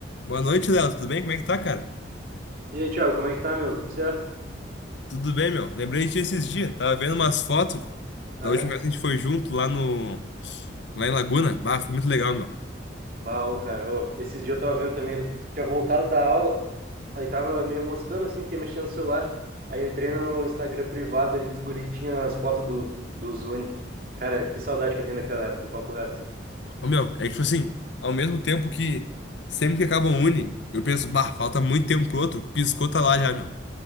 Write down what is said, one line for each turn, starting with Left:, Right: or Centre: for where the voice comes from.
Left: Boa noite, Léo. Tudo bem? Como é que tá, cara?
Right: E aí, Thiago, como é que tá, meu? Tudo certo?
Left: Tudo bem, meu. Lembrei de ti esses dias. Tava vendo umas fotos
Right: Ah,
Left: da última
Right: é?
Left: vez que a gente foi junto lá no... Lá em Laguna. Bah, foi muito legal, meu.
Right: Bah, ô, cara, ô, esses dias eu tava vendo também, tinha voltado da aula, aí tava meio moscando assim, fiquei mexendo no celular, aí entrei no Instagram privado ali dos guri que tinha as fotos do, do Zuni. Cara, que saudade que eu tenho daquela época, papo reto.
Left: Ô, meu, é que, tipo assim, ao mesmo tempo que sempre que acaba um uni, eu penso, bah, falta muito tempo pro outro. Piscou, tá lá já, meu.